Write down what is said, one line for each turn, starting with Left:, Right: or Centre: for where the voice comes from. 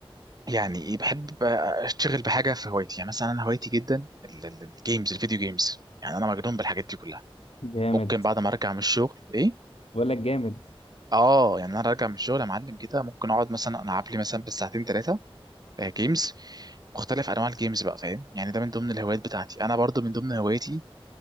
Right: يعني ايه بحب بقى اشتغل بحاجه في هوايتي يعني مثلا انا هوايتي جدا ال- ال- الجيمز الفيديو جيمز يعني انا مجنون بالحاجات دي كلها
Left: جامد
Right: ممكن بعد ما ارجع من الشغل ايه
Left: بقول لك جامد
Right: اه يعني انا راجع من الشغل يا معلم كده ممكن اقعد مثلا العب لي مثلا بالساعتين ثلاثه جيمز مختلف انواع الجيمز بقى فاهم يعني ده من ضمن الهوايات بتاعتي انا برضو من ضمن هواياتي